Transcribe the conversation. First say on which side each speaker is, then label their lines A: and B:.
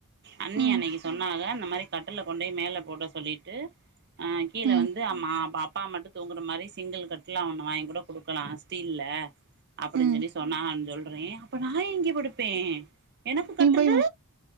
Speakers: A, on the right; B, on the right.
A: அண்ணி
B: ம்
A: அன்னக்கி சொன்னாக இந்த மாரி கட்டுல கொண்டய் மேல போட சொல்லிட்டு ஆ கீழ
B: ம்
A: வந்து அம்மா அப் அப்பா மட்டு தூங்குற மாரி சிங்கிள் கட்லா ஒன்னு வாயிங்கூட குடுக்கலா தி இல்ல அப்டின்
B: ம்
A: சொல்லி சொன்னாங்கன் சொல்றே அப்ப நா எங்கே படுப்பே எனக்கு
B: நீ
A: கட்டுலு
B: போய்